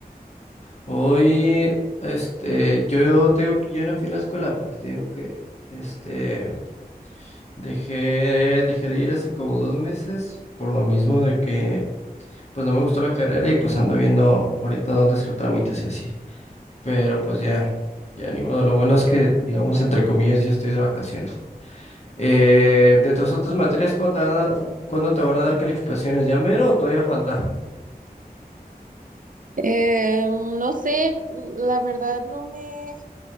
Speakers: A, on the left; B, on the right.
A: Hoy, este, yo te digo que yo no fui a la escuela porque te digo que, este, dejé, dejé de ir hace como dos meses por lo mismo de que, pues no me gustó la carrera y pues ando viendo ahorita dónde hacer trámites y así. Pero pues ya, ya ni modo. Lo bueno es que, digamos, entre comillas, yo estoy de vacaciones. Eh, de tus otras materias, ¿cuándo te van a dar, cuándo te van a dar calificaciones? ¿Ya mero o todavía falta?
B: Eh, no sé, la verdad no me,